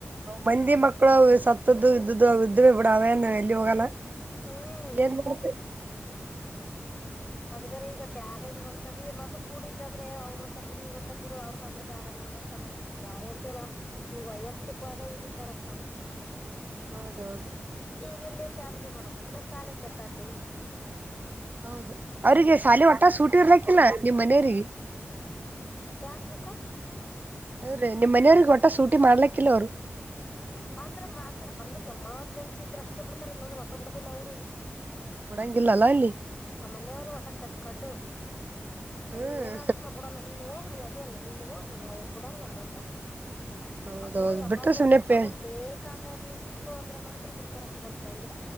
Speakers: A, on the right; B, on the left.
A: ಮಂದಿ ಮಕ್ಕಳು ಸತ್ತದ್ದು ಇದ್ದದ್ದು ಇದರು ಬಿಡ ಅವೇನು ಎಲ್ಲಿ ಹೋಗಕ ಆಗಲ್ಲ
B: ಹ್ಮ್
A: ಏನ್ ಬೇಕಿತ್ತ <inaudible>
B: <unintelligible> ಅದು ಬೇರೆ ಈಗ ಬ್ಯಾರಾಗಿವೆ ಅಂತಂದ ಈ ಮೊದಲು ಕೂಡಿದ್ವಿ ಅಂದ್ರು ಅವರು ಬರ್ತಾರೆ ಇವ್ರು ಬರ್ತಾರೆ ಅವರ ಬಂದ್ರೆ ಬೇರೆಲ್ಲನ ತಣ್ಣಗ ಇತಾಗ ಬ್ಯಾರೆ ಆಗ್ಬಿಟ್ಟೆವಲ್ಲ ಈಗ ವೈಯಕ್ತಿವಾಗ ಹಿಡಿತಾರಕ್ಕ
A: ಹೌದು ಹೌದು
B: ಈಗ ಇಲ್ಲಿ ಫ್ಯಾಮಿಲಿ ನೋಡಕತ್ರ ಸಾಲೆಗ ಕೆಟ್ಟಾಗತಿವಿ
A: ಹೌದು ಅವ್ರಿಗೆ ಸಾಲಿ ಒಟ್ಟ ಸೂಟಿ ಇರ್ಲಕ್ಕಿಲ್ಲ ನಿಮ್ ಮನೆಯವಿಗೆ
B: ಯಾರಿಗೆಕ್ಕ
A: ಅವ್ರೀ ನಿಮ್ಮ್ ಮನೆಯವ್ರಿಗೆ ಒಟ್ಟ ಸೂಟಿ ಮಾಡ್ಲಕ್ಕಿಲ್ಲ ಅವ್ರು
B: ಅಂದ್ರ ಮಾಡ್ತಾರಕ್ ಅಂದ್ರ ಎಮ್ಮ ಅರ್ಜೆನ್ಸಿ ಇದ್ರೆ ಅಷ್ಟೇ ಬಿಡ್ತಾರ ಇಲಂದ್ರರು ವಟ್ಟ ಬಿಡುದಿಲ್ಲ ಅವ್ರು
A: ಕೊಡಂಗಿಲ್ಲ ಅಲ್ಲ ಅಲ್ಲಿ
B: ನಮ್ಮ ಮನೆಯವ್ರು ಒಟ ಕೆಟ್ಟ ಕಡ್
A: ಹ್ಮ್
B: ಅ ಏನಾದ್ರು ನ ಬಿಡಲ್ಲ ನೀನ್ ಹೋಗ ನೀ ಅ ಅ ಅಲ್ಲ ನಿನ್ ಹೋಗು ನಾನ ಬಿಡಲ್ಲನಾತರ
A: ಹೌದೌದು
B: ಅದು ಎಮರ್ಜೆನ್ಸಿ
A: ಬಿಟ್ರೆ ಸುಮ್ನೆ
B: ತಮ
A: ಪೇ
B: ಬೇಕಾದ್ರು ಇತ್ತು ಅಂದ್ರೆ ಮಾತ್ರ ಬು ತರ ಕಂಬ ಬಿಡಂಗಿದ